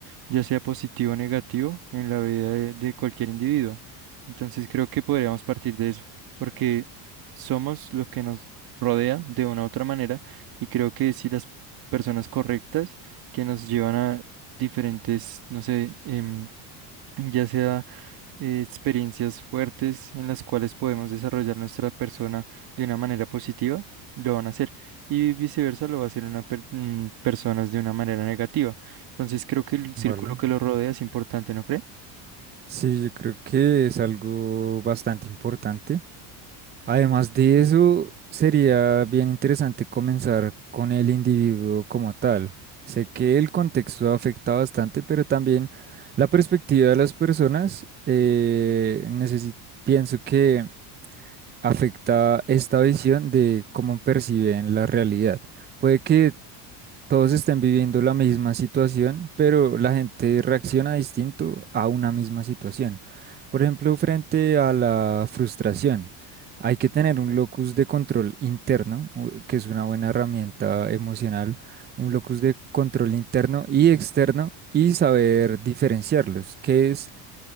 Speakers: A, on the right (about 50°); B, on the right (about 20°).
A: ya sea positivo o negativo, en la vida de, de cualquier individuo. Entonces creo que podríamos partir de eso, porque somos lo que nos rodea de una u otra manera y creo que si las personas correctas que nos llevan a diferentes, no sé, em, ya sea eh, experiencias fuertes en las cuales podemos desarrollar nuestra persona de una manera positiva, lo van a hacer. Y viceversa, lo va a hacer una per- mm, personas de una manera negativa. Entonces, creo que el
B: ¿vale?
A: círculo que lo rodea es importante, ¿no cree?
B: Sí, yo creo que es algo bastante importante Además de eso, sería bien interesante comenzar con el individuo como tal. Sé que el contexto afecta bastante, pero también la perspectiva de las personas, eh, necesi- pienso que afecta esta visión de cómo perciben la realidad. Puede que todos estén viviendo la misma situación, pero la gente reacciona distinto a una misma situación. Por ejemplo, frente a la frustración, hay que tener un locus de control interno, u- que es una buena herramienta emocional, un locus de control interno y externo y saber diferenciarlos. ¿Qué es